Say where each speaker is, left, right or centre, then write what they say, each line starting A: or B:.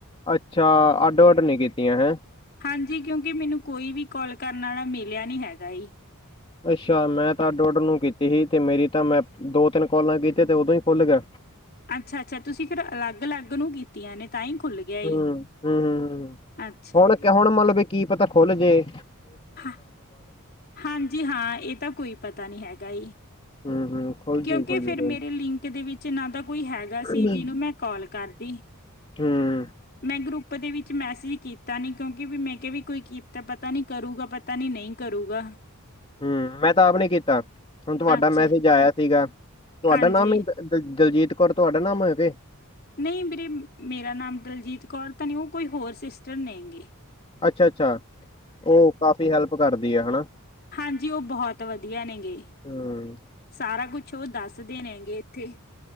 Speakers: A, on the left; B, on the left.
A: ਅੱਛਾ ਅੱਡੋ ਅੱਡ ਨਹੀ ਕੀਤੀਆਂ ਹੈਂ।
B: ਹਾਂਜੀ ਕਿਉ ਕਿ ਮੈਨੂੰ ਕੋਈ ਵੀ ਕੋਲ ਕਰਨ ਵਾਲਾ ਮਿਲਿਆ ਨਹੀ ਹੈਗਾ ਈ
A: ਅੱਛਾ ਮੈਂ ਤਾਂ ਡੁਡ ਨੂੰ ਕੀਤੀ ਸੀ ਤੇ ਮੇਰੀ ਤਾਂ ਮੈਂ ਦੋ ਤਿੰਨ ਕਲਾਂ ਕੀਤੀ ਤੇ ਉਦੋ ਹੀ ਫੁਲ ਕਰ ਦੀਤੀ।
B: ਅੱਛਾ- ਅੱਛਾ। ਤੁਸੀ ਫਿਰ ਅਲਗ- ਅਲਗ ਨੂੰ ਕੀਤੀਆਂ ਨੇ ਤਾਂ ਹੀ ਖੁੱਲ ਗਿਆ ਈ
A: ਹੂ- ਹੂ -ਹੂ
B: ਅੱਛਾ
A: ਹੁਣ
B: ਈ
A: ਹੁਣ ਮਤਲਬ ਇਹ ਕੀ ਪਤਾ ਖੁੱਲ ਗਏ
B: ਹਾਂ ਹਾਂਜੀ ਹਾਂ ਇਹ ਤਾਂ ਕੋਈ ਪਤਾ ਤਾਂ ਨਹੀ ਹੈਗਾ ਇ।
A: ਹੂੰ। ਹੂੰ ਖੁੱਲ
B: ਕਿਉ
A: ਜੂ ਖੁੱਲ
B: ਕਿ ਫਿਰ
A: ਜੂ ਕੋਈ
B: ਮੇਰੇ ਲਿੰਕ ਦੇ ਵਿਚ ਨਾ ਤਾਂ ਕੋਈ ਹੈਗਾ ਸੀ
A: ਨੀ।
B: ਜਿਹਨੂੰ ਮੈਂ ਕਾਲ ਕਰਦੀ
A: ਹੂੰ,
B: ਮੈ ਗਰੁੱਪ ਉਦੇ ਵਿੱਚ ਮੈਸੇਜ ਕੀਤਾ ਨੀ ਕਿਉਂਕਿ ਮੈ ਕਿਹਾ ਕੋਈਤ ਪਤਾ ਨੀ ਕਰੂਗਾ ਪਤਾ ਨੀ ਨਹੀ ਕਰੂਗਾ।
A: ਹੂ ਮੈਂ ਤਾਂ ਆਪ ਨੀ ਕੀਤਾ ਹੁਣ ਤੁਹਾਡਾ
B: ਅੱਛਾ
A: ਮੈਸੇਜ ਆਇਆ ਸੀਗਾ ਤੁਹਾਡਾ
B: ਹਾਂਜੀ।
A: ਨਾਮ ਦ ਦਲਜੀਤ ਕੌਰ ਤੁਹਾਡਾ ਨਾਮ ਹੈ ਕੇ
B: ਨਹੀ ਮੇਰੇ ਮੇਰਾ ਨਾਮ ਦਲਜੀਤ ਕੌਰ ਤਾਂ ਨਹੀ ਉਹ ਕੋਈ ਹੋਰ ਸਿਸਟਰ ਨੇ ਗੇ।
A: ਅੱਛਾ- ਅੱਛਾ। ਉਹ ਕਾਫੀ ਹੈਲਪ- ਕਰਦੀ ਹੈ ਹਨਾ-
B: ਹਾਂਜੀ ਉਹ ਬਹੁਤ ਵਧੀਆ ਨੇ ਗੇ
A: ਹੂੰ,
B: ਸਾਰਾ ਕੁਛ ਚੂ ਦਸ- ਦੱਸਦੇ ਨੇ ਹੈਗੇ ਇਥੇ-